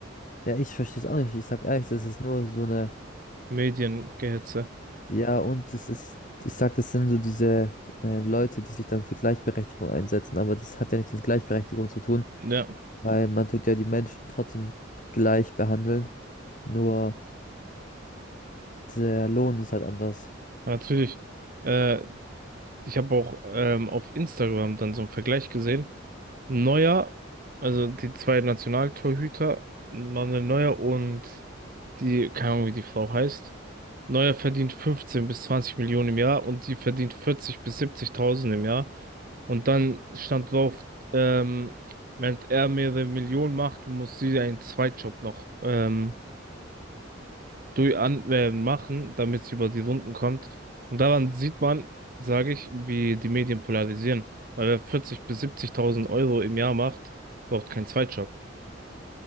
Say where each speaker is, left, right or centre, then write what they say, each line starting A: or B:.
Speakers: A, on the left (about 40°); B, on the right (about 45°).
A: ja, ich verstehe es auch nicht. Ich sag ehrlich, das ist nur so eine,
B: Mediengehetze.
A: ja, und das ist, ich sag, das sind so diese äh, Leute, die sich dann für Gleichberechtigung einsetzen, aber das hat ja nichts mit Gleichberechtigung zu tun,
B: Ja,
A: weil man tut ja die Menschen trotzdem gleich behandeln, nur der Lohn ist halt anders.
B: natürlich. Äh, ich habe auch ähm, auf Instagram dann so einen Vergleich gesehen. Neuer, also die zwei Nationaltorhüter, Manuel Neuer und die, keine Ahnung, wie die Frau heißt. Neuer verdient 15 bis 20 Millionen im Jahr und die verdient 40 bis 70.000 im Jahr. Und dann stand drauf, ähm, wenn er mehrere Millionen macht, muss sie einen Zweitjob noch ähm, durch an, äh, machen, damit sie über die Runden kommt. Und daran sieht man, sage ich, wie die Medien polarisieren. Weil wer 40 bis 70.000 Euro im Jahr macht, braucht keinen Zweitjob.